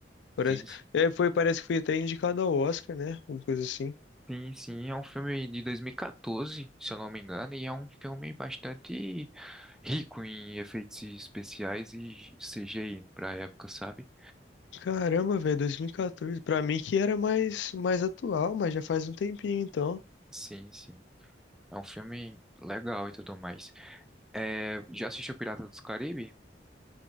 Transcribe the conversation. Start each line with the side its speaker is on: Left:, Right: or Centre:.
Left: Parece...
Centre: Sim, sim.
Left: É, foi, parece que foi até indicado ao Oscar, né? Alguma coisa assim.
Centre: Sim, sim, é um filme de 2014, se eu não me engano, e é um filme bastante rico em efeitos especiais e CGI pra época, sabe?
Left: Caramba, velho, 2014. Pra mim que era mais, mais atual, mas já faz um tempinho então.
Centre: Sim, sim. É um filme legal e tudo mais. É, já assistiu Pirata dos Caribe?